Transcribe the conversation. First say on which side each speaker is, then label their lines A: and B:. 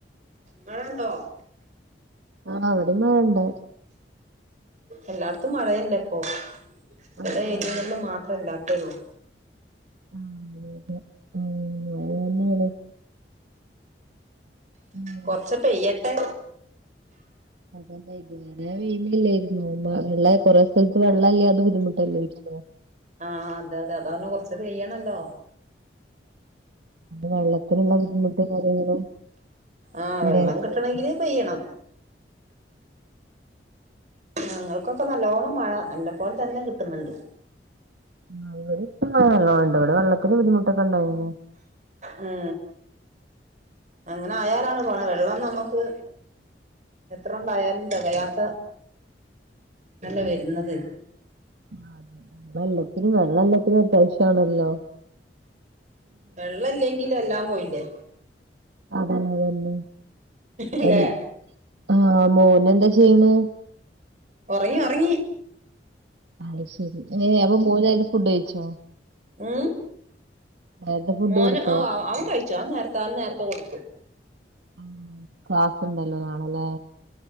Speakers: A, on the right; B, on the right.
A: മഴണ്ടോ
B: ആഹ് ഇവിടെയും മഴയുണ്ട്
A: എല്ലായിടത്തും മഴയല്ലേ ഇപ്പൊ
B: ആഹ്
A: ചില ഏരിയകളിൽ
B: ആഹ്
A: മാത്ര ഇല്ലാത്തോള്ളൂ
B: <unintelligible> <inaudible>
A: കുറച്ച് പെയ്യട്ടെ
B: <unintelligible> നല്ല വെയിലല്ലായിരുന്നു കൊറെ സ്ഥലത്ത് വെള്ളല്ലാത് ബുദ്ധിമുട്ടല്ലായിരുന്നു
A: ആഹ് അതെതെ അതാന്ന് കൊറച്ച് പെയ്യണല്ലോ
B: വെള്ളത്തിനുള്ള ബുദ്ധിമുട്ടും കാര്യങ്ങളും
A: ആഹ്
B: ഇല്ലാതെ
A: വെള്ളം കിട്ടണങ്കില്
B: ആഹ്
A: പെയ്യണം ഞങ്ങൾക്കൊക്കെ നല്ലോണ്ണം മഴ നല്ല പോലതന്നെ കിട്ട്ന്ന് ണ്ട്
B: ആഹ് ഇവ്ടെയിപ്പ മഴ നല്ലോണ് ണ്ട് ഇവടെ വെള്ളത്തിന് ബുദ്ധിമുട്ടൊക്കെ ഇണ്ടായിനി
A: മ് അങ്ങനായാലാണ് പണി വെള്ളം നമ്മക്ക് എത്ര ഒണ്ടായാലും തെകയാത്ത ന്നല്ലേ വെരുന്നത്
B: ആഹ് എല്ലത്തിനും വെള്ളം എല്ലാത്തിനും അത്യാവശ്യാണല്ലോ
A: വെള്ളല്ലെങ്കിൽ എല്ലാം പോയില്ലേ
B: അതന്നെ അതന്നെ
A: ല്ലേ
B: അൽ ആഹ് മോൻ എന്താ ചെയ്ണേ
A: ഒറങ്ങി ഒറങ്ങി
B: അയ് ശെരി ഏഹ് അപ്പം മൂന്നെരും ഫുഡ് കഴിച്ചോ
A: <unintelligible>
B: നേരത്തെ ഫുഡ്
A: മോന്
B: കൊടുത്തോ
A: ഓ അവ അവൻ കഴിച്ചു അവൻ അവന് നേരത്തെ കൊടുക്കും
B: ആ ക്ലാസ്ണ്ടല്ലോ നാളല്ലേ